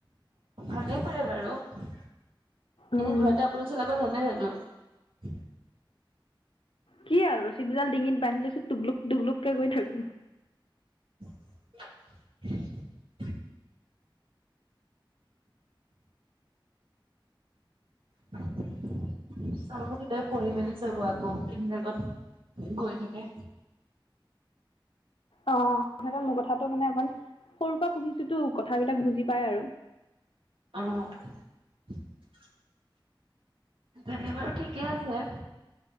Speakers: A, on the right; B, on the left.
A: তেনেকোৱাই বাৰু। এনে
B: উম
A: ঘৰতে আপুনি চলাব জানে জানো? অ <unintelligible>
B: কি আৰু ৰচী দুডাল ডিঙিত বান্ধি লৈছোঁ টুগলুক-টুগলুকে গৈ থাকোঁ
A: <unintelligible> <inaudible> চাব কেতিয়াবা পঢ়ি মেলি চাব আকৌ এইবিলাকত, গৈ থাকে।
B: অ, সেহেতে মোৰ কথাটো মানে অকমান, সৰুকে সুনিছোতো কথাবিলাক বুজি পায় আৰু
A: অ'। তেন্তে বাৰু ঠিকে আছে।